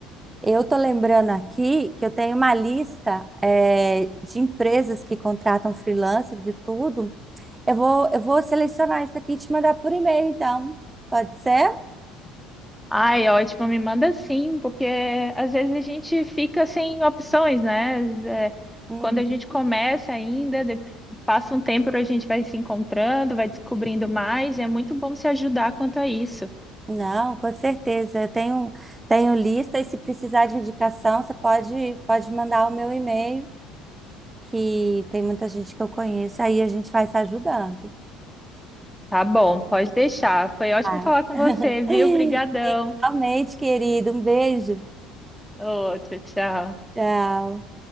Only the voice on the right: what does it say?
Eu tô lembrando aqui que eu tenho uma lista, eh, de empresas que contratam freelancers e tudo. Eu vou, eu vou selecionar isso aqui e te mandar por e-mail, então. Pode ser?
Uhum.
Não, com certeza. Eu tenho, tenho lista e se precisar de indicação, você pode, pode mandar o meu e-mail, que tem muita gente que eu conheço, aí a gente vai se ajudando.
tá?
<laughs>
Igualmente, querido. Um beijo.
Tchau.